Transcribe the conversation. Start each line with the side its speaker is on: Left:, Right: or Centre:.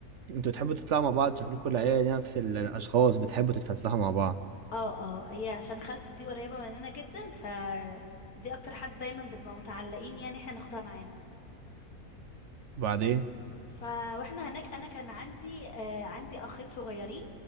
Right: انتوا بتحبوا تطلعوا مع بعض شكلكم العيله نفس الاشخاص بتحبوا تتفسحوا مع بعض
Left: اه اه هي عشان خالته دي قريبة مننا جدا ف دي اكتر حد دايما بنبقى متعلقين يعني احنا ناخدها معانا
Right: وبعدين
Left: بس ف واحنا هناك انا كان عندي آه عندي اخين صغيرين